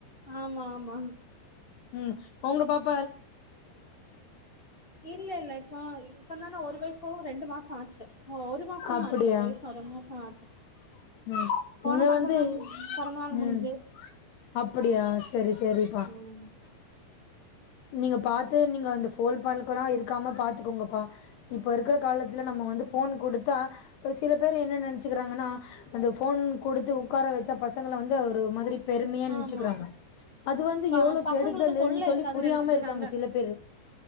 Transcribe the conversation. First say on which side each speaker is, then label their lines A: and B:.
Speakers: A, on the left; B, on the left.
A: ஆமா ஆமா
B: உம் உங்க பாப்
A: இல்ல இல்ல இப்போ இப்பந்தானே ஒரு வயசும் ரெண்டு மாசம் ஆச்சு ஓ ஒரு மாசம்
B: அப்டியா
A: தான் ஆச்சு ஒரு வயசு ஒரு மாச ஆச்சு
B: ம்
A: போன
B: இங்க
A: மாசம்
B: வந்து
A: தான் பிறந்த நாள்
B: ம்
A: முடிஞ்சு
B: அப்படியா சரி சரிப்பா
A: ம்
B: நீங்க பாத்து நீங்க அந்த போன் பாக்காம இருக்காம பாத்துக்கோங்கப்பா இப்ப இருக்கிற காலத்துல நம்ம வந்து போன் குடு தா சில பேர் என்ன நினைச்சுக்கிறாங்கன்னா அந்த போன் குடுத்து உட்கார வச்சா பசங்களை வந்து ஒரு மாதிரி பெருமையா நெனச்சுக்கிறாங்க
A: ஆமா
B: அது வந்து
A: ப
B: எவ்ளோ
A: பசங்களுக்கு
B: கெடுதலுன்னு
A: தொல்ல
B: சொல்லி
A: இருக்காதுன்னு
B: புரியாம
A: நினைச்சிட்டு இருக்காங்க
B: சில பேரு